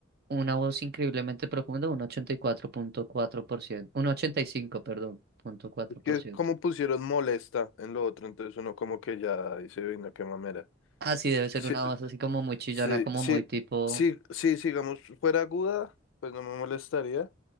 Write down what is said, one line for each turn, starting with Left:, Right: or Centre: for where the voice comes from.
Right: Una voz increíblemente profunda, un ochenta y cuatro cuatro punto cuatro por ciento un ochenta y cinco perdón, punto cuatro
Left: Es
Right: por
Left: que
Right: ciento
Left: como pusieron molesta en lo otro, entonces uno como que ya dice, venga, qué mamera.
Right: ah sí debe ser
Left: Sí,
Right: una voz así como muy chillona,
Left: Sí,
Right: como
Left: sí,
Right: muy tipo...
Left: sí, sí, si digamos, fuera aguda, pues no me molestaría,